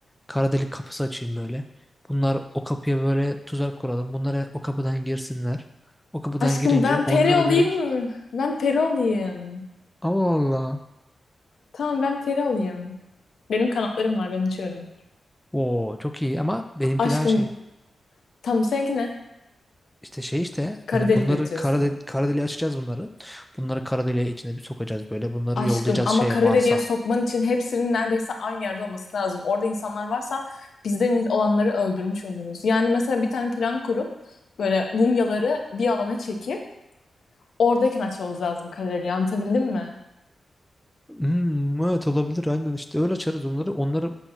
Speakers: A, in the centre; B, on the left.
A: Kara delik kapısı açayım böyle. Bunlar o kapıya böyle tuzak kuralım. Bunlara o kapıdan girsinler. O kapıdan
B: Aşkım
A: girince
B: ben
A: onlara
B: peri olayım
A: direkt
B: mı? Ben peri olayım.
A: Allah Allah.
B: Tamam ben peri olayım. Benim kanatlarım var ben uçuyorum.
A: Oo çok iyi ama benimki
B: Aşkım
A: daha şey.
B: tam seninki ne?
A: İşte şey işte
B: Kara
A: hani
B: delik
A: bunları
B: açıyorsun.
A: kara, de kara deliğe açacağız bunları. Bunları kara deliğe içine bir sokacağız böyle. Bunları
B: Aşkım
A: yollayacağız
B: ama
A: şeye
B: kara
A: Mars'a.
B: deliğe sokman için hepsinin neredeyse aynı yerde olması lazım. Orada insanlar varsa bizden iz- olanları öldürmüş oluruz. Yani mesela bir tane plan kurup böyle mumyaları bir alana çekip oradayken açmamız lazım kara deliği. Anlatabildim mi?
A: Hmm, evet olabilir aynen işte öyle açarız onları. Onları